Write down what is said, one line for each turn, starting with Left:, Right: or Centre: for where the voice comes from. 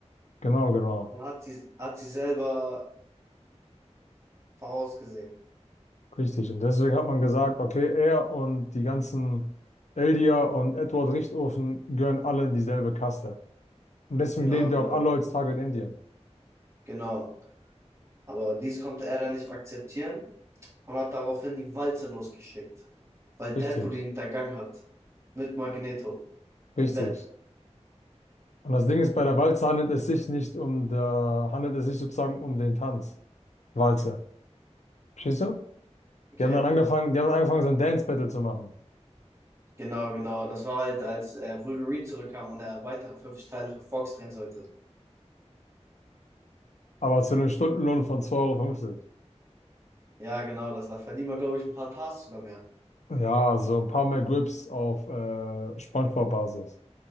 Left: Genau, genau.
Right: und hat sie, hat sie selber vorausgesehen.
Left: Richtig. Und deswegen hat man gesagt, okay, er und die ganzen Eldia und Edward Richtofen gehören alle in dieselbe Kaste. Und deswegen
Right: Genau,
Left: leben die
Right: genau,
Left: auch alle heutzutage in Indien.
Right: genau. Aber dies konnte Eren nicht akzeptieren und hat daraufhin die Walze losgeschickt, weil
Left: Richtig,
Right: Deadpool ihn hintergangen hat. Mit Magneto. Im
Left: richtig.
Right: Bett.
Left: Und das Ding ist, bei der Walze handelt es sich nicht um der, handelt es sich sozusagen um den Tanz. Walze. Verstehst du?
Right: Okay?
Left: Die haben dann angefangen, die haben dann angefangen, so ein Dance-Battle zu machen.
Right: Genau, genau. Das war halt, als äh, Wolverine zurückkam und er weitere 50 Teile für Fox drehen sollte.
Left: Aber zu einem Stundenlohn von zwei Euro. fünfzig.
Right: Ja, genau, das, da verdienen wir, glaube ich, ein paar Tasks sogar mehr.
Left: Ja, so ein paar mehr Grips auf äh, SpongeBob-Basis.